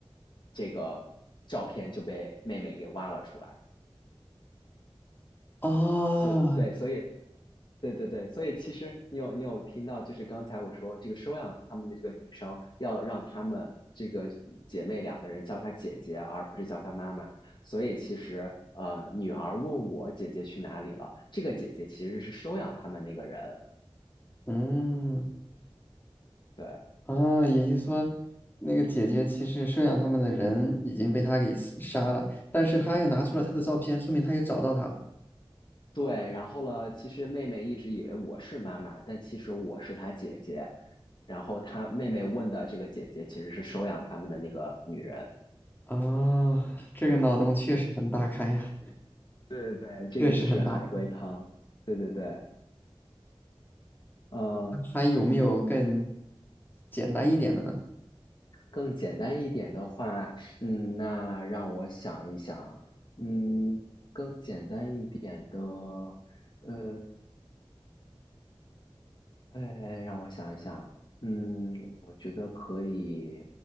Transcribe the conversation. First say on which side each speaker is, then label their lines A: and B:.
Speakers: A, on the left (about 50°); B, on the left (about 20°).
A: 这个照片就被妹妹给挖了出来。
B: 啊，
A: 所以对，所以对对对，所以其实你有你有听到，就是刚才我说这个收养他们的这个女生，要让她们这个姐妹两个人叫她姐姐，而不是叫她妈妈。所以其实呃，女儿问我姐姐去哪里了，这个姐姐其实是收养他们那个人。
B: 嗯
A: 对
B: 啊，也就是说，那个姐姐其实收养他们的人已经被他给死杀了，但是他又拿出了她的照片，说明他又找到她了。
A: 对，然后了，其实妹妹一直以为我是妈妈，但其实我是她姐姐。然后她妹妹问的这个姐姐其实是收养他们的那个女人。
B: 啊，这个脑洞确实很大开呀，
A: 对对，对，这个就是海龟汤。
B: 确实很大开。
A: 对对对，呃，
B: 还有没有更简单一点的呢？
A: 更简单一点的话，嗯，那让我想一想，嗯，更简单一点的，呃，哎，让我想一想，嗯，我觉得可以。